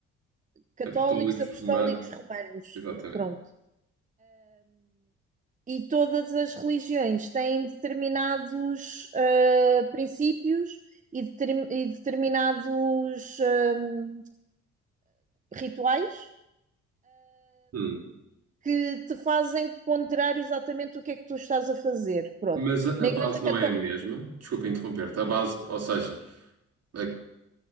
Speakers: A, on the right; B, on the right.
A: católicos
B: Apostólicos,
A: apostólicos
B: romanos,
A: romanos.
B: exatamente.
A: Pronto. e todas as religiões têm determinados ah, princípios e, determin- e determinados ahm, rituais
B: Hum.
A: que te fazem ponderar exatamente o que é que tu estás a fazer. Pronto.
B: Mas a,
A: Na
B: a base
A: Igreja
B: não
A: Católica,
B: é a mesma, desculpa interromper-te, a base, ou seja, a